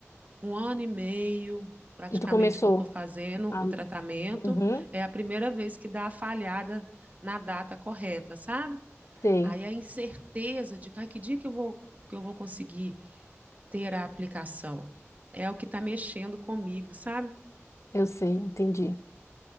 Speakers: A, on the right; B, on the left.
A: um ano e meio, praticamente,
B: E tu começou
A: que eu estou fazendo
B: a...
A: o tratamento.
B: Uhum,
A: É a primeira vez que dá a falhada na data correta, sabe?
B: sei,
A: Aí a incerteza de cara, que dia que eu vou, que eu vou conseguir ter a aplicação é o que está mexendo comigo, sabe?
B: eu sei, entendi.